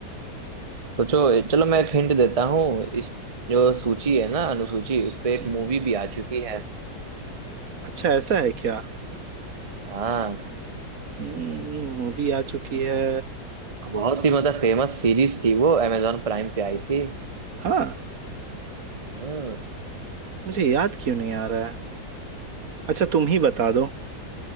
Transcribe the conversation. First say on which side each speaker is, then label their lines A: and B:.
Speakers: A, on the right; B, on the right.
A: सोचो चलो मैं एक हिंट देता हूँ इस जो सूची है ना अनुसूची उस पे एक
B: हम्म,
A: मूवी भी आ चुकी है
B: अच्छा ऐसा है क्या
A: हाँ
B: हम्म, मूवी आ चुकी है
A: बहुत ही मतलब फेमस सीरीज थी वो amazon प्राइम पे आई थी
B: हाँ
A: हम्म
B: मुझे याद क्यों नहीं आ रहा है अच्छा तुम ही बता दो